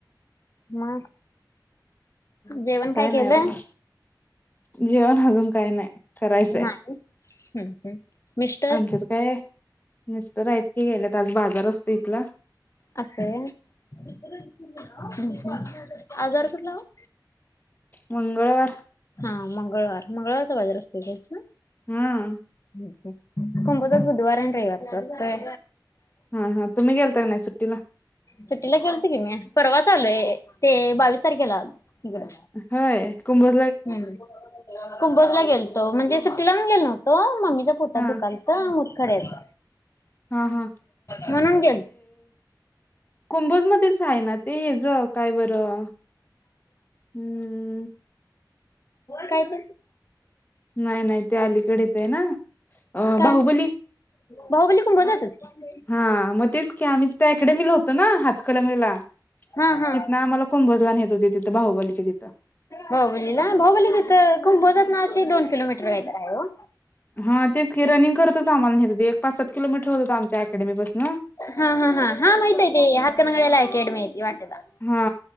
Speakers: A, on the left; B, on the left.
A: मग जेवण काय
B: नाही
A: केलं.
B: बघा जेवण अजून काही नाही. करायचंय
A: नाही. हम्म हम्म. मिस्टर
B: आमच्यात काय मिस्टर आहेत की गेल्यात आज बाजारासनी ला
A: असंतय हम्म हम्म आजार कुठला हो.
B: मंगळवार.
A: हा मंगळवार मंगळवारचा बाजार असतो काय ना‌‌ हा.
B: हा
A: हम्म हम्म. कुंभचात बुधवार आणि रविवारच असतय.
B: हा हा तुम्ही गेलता का नाही सुट्टीला
A: सुट्टीला गेलते की म्या परवाच आलोय ते बावीस तारखेला आलो इकडं.
B: होय कुंभ.
A: हम्म कुंभजला गेलतो म्हणजे सुट्टीला पण गेलो नव्हतो मम्मी च्या पोटात
B: हा
A: दुखालत खरंच
B: हा हा
A: म्हणून गेल
B: कुंभज मध्ये आहे ना ते ह्याच काय बरं हम्म
A: कायच
B: नाही नाही ते अलीकडेच आहे ना अ
A: काय
B: बाहुबली
A: बाहुबली कुंभोजातच की
B: हा मग तेच की आम्ही इकडे ना हातकलंगलीला
A: हा हा
B: तिथन आम्हाला कुंभजला नेत होते तिथं बाहुबलीच्या तिथ
A: हो म्हणजे ना बाहुबली तिथं कुंभजत ना अशी दोन किलोमीटर आहेत आहे हो
B: हा तेच की रनिंग करतच आम्हाला नेत होते पाच सात किलोमीटर होत होतं आमच्या अकॅडमी पासन
A: हा हा हा हा माहितीये ते हातकणंगलेला अकॅडमी आहे ते वाटेला
B: हा